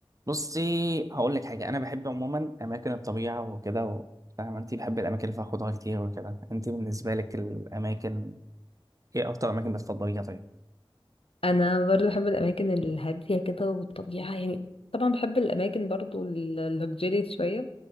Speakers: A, on the right; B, on the left.
A: بصي هقول لك حاجه انا بحب عموما اماكن الطبيعه وكده و- فاهمه انت بحب الاماكن اللي فيها خضره كتير وكده انت بالنسبه لك الاماكن ايه اكتر اماكن بتفضليها طيب
B: انا برضو بحب الاماكن الهاديه كده والطبيعه يعني طبعا بحب الاماكن برضو اللوكجيري شويه